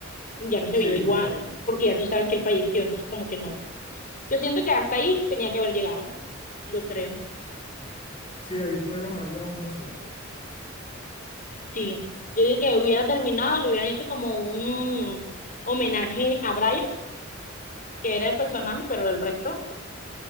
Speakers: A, on the left; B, on the left.
A: ya no se
B: Sí,
A: veía igual,
B: correcto.
A: porque ya tú sabes que él falleció, entonces como que no. Yo siento que hasta ahí tenía que haber llegado, yo creo.
B: Sí, allí pudieron haberle dado un buen cierre.
A: Sí, yo digo que hubiera terminado, le hubieran hecho como un homenaje a Brian, que era el personaje, pero el resto,